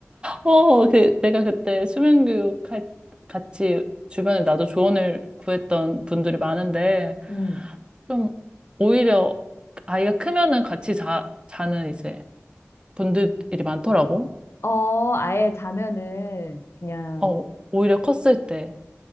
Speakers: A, on the right; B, on the left.
A: 어, 그 내가 그때 수면 교육 할 같이 주변에 나도 조언을 구했던 분들이 많은데
B: 음.
A: 좀 오히려 아이가 크면은 같이 자, 자는 이제 분들이 많더라고.
B: 어, 아예 자면은 그냥,
A: 어, 오히려 컸을 때.